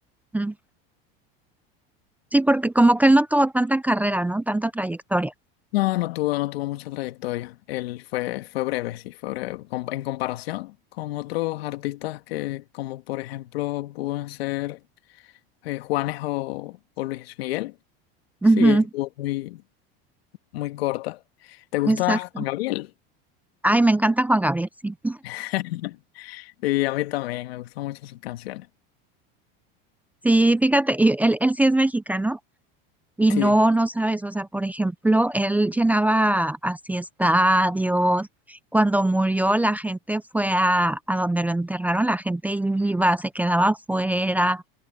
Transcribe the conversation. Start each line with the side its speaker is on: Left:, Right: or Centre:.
Centre: ujú. Sí, porque como que él no tuvo tanta carrera, ¿no? Tanta trayectoria.
Left: No, no tuvo, no tuvo mucha trayectoria. Él fue, fue breve, sí, fue breve. Com- En comparación con otros artistas que, como por ejemplo, pueden ser eh, Juanes o, o Luis Miguel. Sí,
Centre: Ujú,
Left: estuvo muy, muy corta. ¿Te gusta
Centre: exacto.
Left: Juan Gabriel?
Centre: Ay, me encanta Juan Gabriel, sí.
Left: <laughs> y a mí también me gustan mucho sus canciones.
Centre: Sí, fíjate, y él, él sí es mexicano y
Left: Sí,
Centre: no, no sabes, o sea, por ejemplo, él llenaba así estadios. Cuando murió, la gente fue a, a donde lo enterraron, la gente iba, se quedaba afuera.